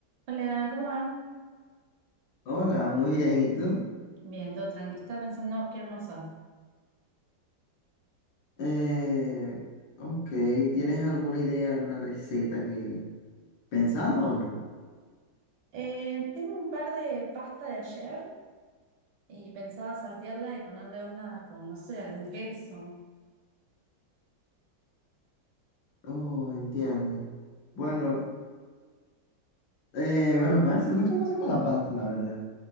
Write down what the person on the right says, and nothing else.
Hola, ¿cómo va?
Bien, todo tranqui. Estaba pensando qué almorzar.
Eh, tengo un par de pasta de ayer y pensaba saltearla y ponerle onda con, no sé, algún queso.